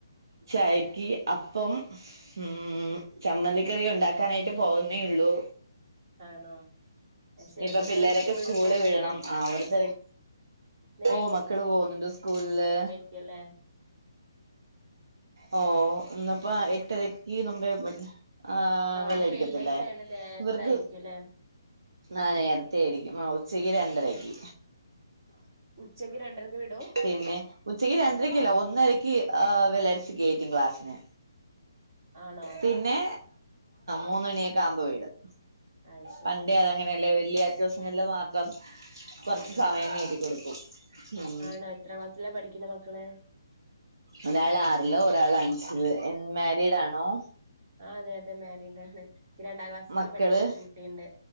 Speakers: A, on the right; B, on the right.
A: ചായക്ക് അപ്പം ഉം
B: ആഹ്
A: ചമ്മന്തിക്കറി ഉണ്ടാ ക്കാനായിട്ട് പോവുന്നേള്ളു
B: ആണോ അത് ശരി
A: ഇനി ഇപ്പൊ
B: മക്കള്
A: പിള്ളേരൊക്കെ
B: സ്കൂളില്
A: സ്കൂള്
B: പോകുന്നുണ്ടോ
A: വിടണം ആ ഒരു തിരക്ക
B: ഇന്ന്
A: ഓഹ് മക്കള് പോവുന്നുണ്ട് സ്കൂളില്
B: ക്കല്ലെ
A: ഓഹ് ഇന്നിപ്പ
B: ആഹ്
A: എട്ടരക്ക് നുമ്പേ പോയി ആഹ് ബെല്ല്
B: ഇന്ന്
A: അടിക്കത്തില്ലേ
B: വെള്ളിയാഴ്ച ആയോണ്ട് നേരത്തെ
A: ഇവർക്ക്
B: ആയിരിക്കും അല്ലേ
A: ആഹ് നേരത്തെേടിക്കും ഉച്ചക്ക് രണ്ടരക്ക്
B: ഉച്ചക്ക് രണ്ടരക്ക് വിടും
A: പിന്നെ ഉച്ചക്ക് രണ്ടരക്കല്ല ഒന്നരക്ക് ആഹ് വെല്ലടിച്ചു കേറ്റും ക്ലാസ്ന്
B: ആണോ
A: പിന്നെ മൂന്നണിയൊക്കെ ആകുമ്പോ വിടും
B: അത് ശരി
A: പണ്ടേ അത് അങ്ങനെയല്ലേ വെള്ളിയാഴ്ച ദിവസങ്ങളില് മാത്രം കൊറച്ച്
B: ആഹ്
A: സമയം നീട്ടിക്കൊടുക്കും ഉം
B: ആണോ എത്ര ക്ലാസ്സിലാ പഠിക്കണ മക്കള്
A: ഒരാള് ആറില് ഒരാൾ അഞ്ചില് എ മാരിഡാണോ
B: ആഹ് അതെ അതെ മാരിഡാണ് ഇക്ക് രണ്ടാം ക്ലാസ്സില്
A: മക്കള്
B: പഠിക്ക്‌ണ്ട ഒരു കുട്ടിണ്ട്